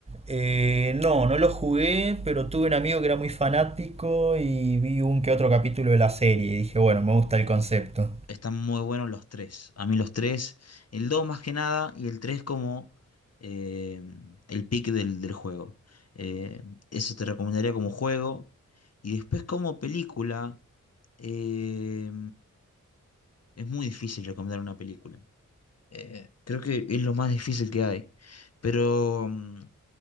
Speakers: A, on the right; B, on the left.
A: Eh, no, no lo jugué, pero tuve un amigo que era muy fanático y vi un que otro capítulo de la serie y dije, bueno, me gusta el concepto.
B: Están muy buenos los tres. A mí los tres, el 2 más que nada y el 3 como eh, el pick del, del juego. Eh, eso te recomendaría como juego. Y después como película, eh, es muy difícil recomendar una película. Eh, creo que es lo más difícil que hay. Pero mm,